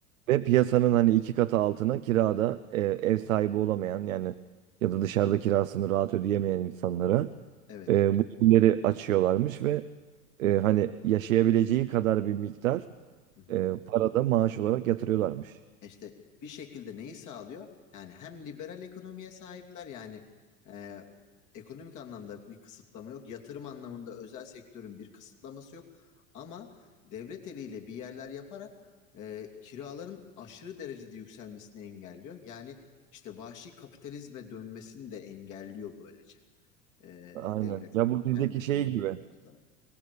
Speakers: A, on the right (about 85°); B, on the left (about 50°).
A: Ve piyasanın hani iki katı altına kirada e, ev sahibi olamayan yani ya da dışarıda kirasını rahat ödeyemeyen insanlara
B: Evet.
A: e, bu evleri açıyorlarmış ve e, hani yaşayabileceği kadar bir miktar
B: Hı hı.
A: e, para da maaş olarak yatırıyorlarmış.
B: E İşte bir şekilde neyi sağlıyor? Yani hem liberal ekonomiye sahipler yani e, ekonomik anlamda bir kısıtlama yok. Yatırım anlamında özel sektörün bir kısıtlaması yok. Ama devlet eliyle bir yerler yaparak e, kiraların aşırı derecede yükselmesini engelliyor. Yani işte vahşi kapitalizme dönmesini de engelliyor böylece. E,
A: Aynen.
B: devlet
A: Ya bu bizdeki
B: kendi
A: şey
B: kontrolünde
A: gibi.
B: tutarak.